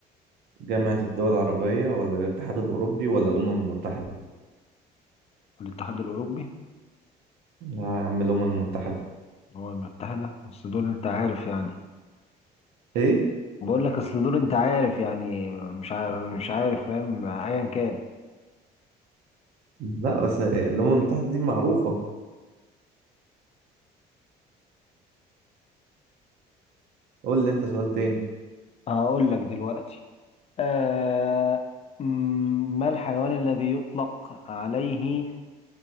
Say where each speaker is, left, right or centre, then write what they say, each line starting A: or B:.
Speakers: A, on the right (about 75°); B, on the left (about 40°).
A: جامعة الدول العربية ولا الاتحاد الأوروبي ولا الأمم المتحدة
B: الاتحاد الأوروبي
A: لا يا عم الأمم المتحدة
B: هو المتحدة بس دول انت عارف يعني
A: إيه؟
B: بقول لك اصل دول انت عارف يعني مش عارف مش عارف فاهم ايا كان
A: لا بس إيه، الأمم المتحدة دي معروفة قول لي أنت سؤال تاني
B: هقول لك دلوقتي آه مم، ما الحيوان الذي يطلق عليه